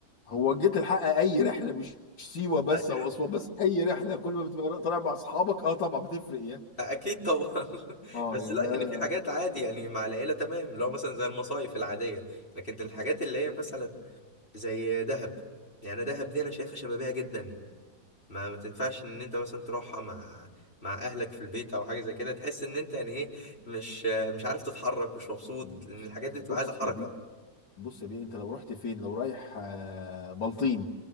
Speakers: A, on the left; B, on the left.
A: هو جيت الحق اي رحله مش مش سيوه بس
B: <laughs>
A: او اسوان بس اي رحله كل ما بتبقى طالع مع اصحابك اه طبعا بتفرق يعني
B: أكيد طبعا <laughs>
A: اه
B: بس
A: يا
B: لا
A: بقى
B: يعني في حاجات عادي يعني مع العيلة تمام لو مثلا زي المصايف العادية لكن الحاجات اللي هي مثلا زي دهب يعني دهب دي انا شايفها شبابيه جدا ما ما تنفعش ان انت مثلا تروحها مع مع اهلك في البيت او حاجه زي كده تحس ان انت يعني ايه مش مش عارف تتحرك مش مبسوط
A: بص
B: لان الحاجات دي بتبقى
A: بص
B: عايزه حركه
A: يا بيه بص يا بيه انت لو رحت فين لو رايح آه، بلطيم